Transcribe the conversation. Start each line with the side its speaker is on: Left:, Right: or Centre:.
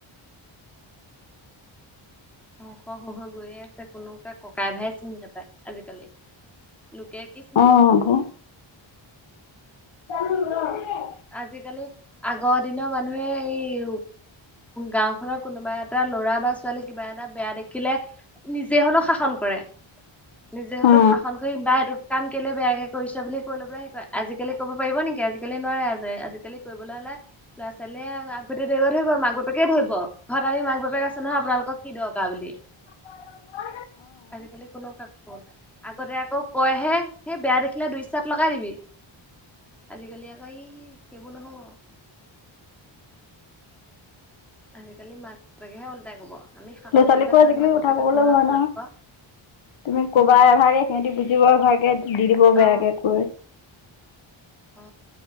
Left: <unintelligible>
Centre: ধ্বংস হয় হয় গৈয়ে আছে কোনোকে ককাই ভাই চিনি নাপায় আজিকালি লোকে কি চিনি
Left: অ
Centre: পাব৷
Left: আকৌ <unintelligible>
Centre: আজিকালি আগৰ দিনৰ মানুহে এই ই গাওঁখনৰ কোনোবা এটা ল'ৰা বা ছোৱালী কিবা এটা বেয়া দেখিলে নিজে হলেও শাসন কৰে৷
Left: <unintelligible>
Centre: নিজে হলেও
Left: অ।
Centre: শাসন কৰি বা এইটো কাম কেলে বেয়াকে কৰিছ বুলি কৈ লৈ পেলাই সেই কয়। আজিকালি ক'ব পাৰিব নেকি আজিকালি নোৱাৰে। আজি আজিকালি কৰিবলৈ হলে ল'ৰা ছোৱালীয়ে আগভেটি ধৰিব ধৰিব মাক বাপেকে ধৰিব ঘৰত আনি মাক বাপে আ নহয় আপোনালোকক কি দৰকা বুলি।
Left: <unintelligible>
Centre: আজিকালি কোনো কাক কৱ <unintelligible> আগতে আকৌ কয়হে সেই বেয়া দেখিলে দুই চাত লগাই দিবি আজিকালি আকৌ ই সেইবোৰ নহব আজিকালি মাক বাপেকেহে ওলটাই কব আমি শাসন
Left: ল'ৰা ছোৱালীকো
Centre: কৰিবলৈ
Left: আজিকালি
Centre: ঘৰত মাক
Left: কথা
Centre: বাপেক
Left: কবলৈ
Centre: আছোঁ নহয়
Left: ভয়
Centre: আপোনালোকৰ
Left: তুমি কবা
Centre: উম
Left: এভাগে সিহঁতি বুজিব এভাগে দি দিব
Centre: অ
Left: বেয়াকে কৈ
Centre: অ